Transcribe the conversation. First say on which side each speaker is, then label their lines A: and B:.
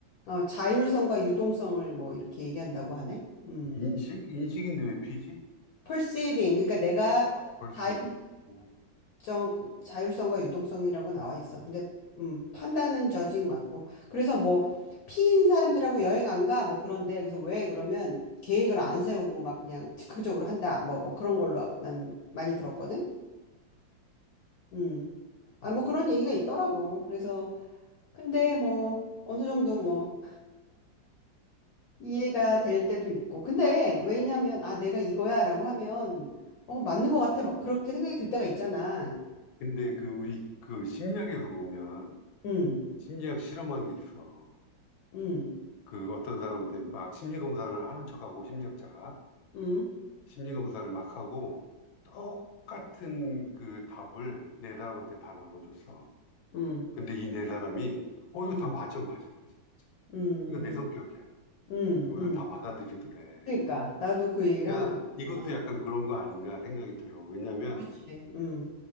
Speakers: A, on the left; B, on the left.
A: 어, 자율성과 유동성을 뭐 이렇게 얘기한다고 하네. 음.
B: 인식 인식인데 왜 P지?
A: perceiving 그러니까 내가
B: 아 벌써
A: 자율
B: 음.
A: 자율적 자율성과 유동성이라고 나와 있어. 근데 음, 판단은 judging 맞고. 그래서 뭐 피인 사람들하고 여행 안 가? 뭐 그런데 그래서 왜 그러면 계획을 안 세우고 막 그냥 즉흥적으로 한다. 뭐 뭐 그런 걸로 난 많이 들었거든. 음.
B: 아,
A: 아, 뭐 그런 얘기가 있더라고. 그래서 근데 뭐 어느 정도 뭐 이해가 될 때도 있고. 근데 왜냐면 아 내가 이거야라고 하면 어, 맞는 것 같아. 막 그렇게 생각이 들 때가 있잖아.
B: 근데 그 우리 그 심리학에서 보면
A: 음,
B: 심리학 실험한 게 있어.
A: 음,
B: 그 어떤 사람한테 막 심리 검사를 하는 척하고 심리학자가
A: 음,
B: 심리 검사를 막 하고 똑같은 그 답을 네 사람한테 다 나눠줬어.
A: 음,
B: 근데 이 네 사람이 어 이거
A: 음,
B: 다 맞아 맞아 맞아 맞아.
A: 음,
B: 이거 내 성격이야.
A: 음,
B: 그러면서
A: 음.
B: 다 받아들이더래.
A: 그러니까 나도 그 얘기를
B: 그러니까
A: 하는 거야.
B: 이것도
A: 어,
B: 약간 그런 거 아닌가 생각이 들어. 왜냐하면
A: 그렇지. 음,